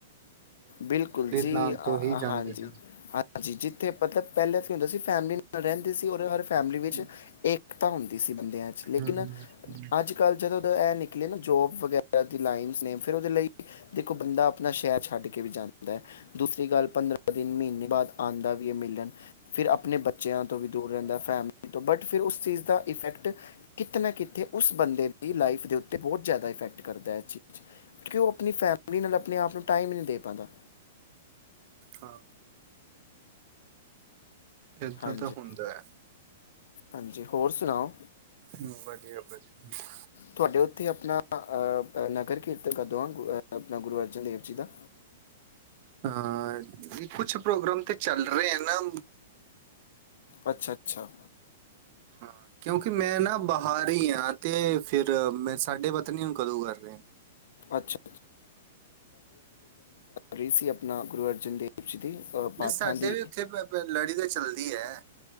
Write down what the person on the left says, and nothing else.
ਬਿਲਕੁਲ ਜੀ
ਹਾਂਜੀ,
ਹਾਂਜੀ, ਜਿਥੇ ਮਤਲਬ ਪਹਿਲਾਂ ਹੁੰਦਾ ਸੀ ਫੈਮਲੀ ਨਾਲ ਰਹਿੰਦੇ ਸੀ <unintelligible> ਫੈਮਿਲੀ
ਵਿੱਚ ਇੱਕ ਤਾ ਹੁੰਦੀ ਸੀ ਬੰਦੇ ਲੇਕਿਨ
ਅੱਜ ਕੱਲ੍ਹ ਜਦੋਂ ਇਹ ਨਿਕਲੇ ਨਾ ਜੋਬ ਵਗੈਰਾ ਦੀ ਲਾਈਨ ਨੇ ਫਿਰ ਉਹਦੇ ਲਈ। ਦੇਖੋ ਬੰਦਾ ਆਪਣਾ ਸ਼ਹਿਰ ਛੱਡ ਕੇ ਵੀ ਜਾਂਦਾ, ਦੂਸਰੀ ਗੱਲ ਪੰਦਰਾਂ ਦਿਨ ਮਹੀਨੇ ਬਾਅਦ ਆਉਂਦਾ ਵੀ ਹੈ ਮਿਲਣ, ਫਿਰ ਆਪਣੇ ਬੱਚਿਆਂ ਤੋਂ ਵੀ ਦੂਰ ਰਹਿੰਦਾ ਫੈਮਲੀ ਤੋਂ ਬਟ ਫਿਰ ਉਸ ਚੀਜ਼ ਦਾ ਇਫੈਕਟ ਕਿਤੇ ਨਾ ਕਿਤੇ ਉਸ ਬੰਦੇ ਦੀ ਲਾਈਫ ਦੇ ਉੱਤੇ ਬਹੁਤ ਜ਼ਿਆਦਾ ਇਫੈਕਟ ਕਰਦਾ ਇਸ ਚੀਜ਼ ਕਿ ਉਹ ਆਪਣੀ ਫੈਮ ਆਪਣੇ ਆਪ ਨੂੰ ਟਾਈਮ ਹੀ ਨਹੀਂ ਦੇ ਪਾਉਂਦਾ।
ਹਾਂਜੀ
ਹਾਂਜੀ, ਹੋਰ ਸੁਣਾਓ।
ਤੁਹਾਡੇ ਉੱਥੇ ਆਪਣਾ ਨਗਰ ਕੀਰਤਨ ਕਦੋਂ ਹਾਂ ਆਪਣਾ ਗੁਰੂ ਅਰਜਨ ਦੇਵ ਜੀ ਦਾ।
ਅੱਛਾ-ਅੱਛਾ।
ਅੱਛਾ ਰੀਸੀ ਸੇ ਆਪਣਾ ਗੁਰੂ ਅਰਜਨ ਦੇਵ ਜੀ ਦੀ ਅ, ਪਾਠਾਂ
ਦੀ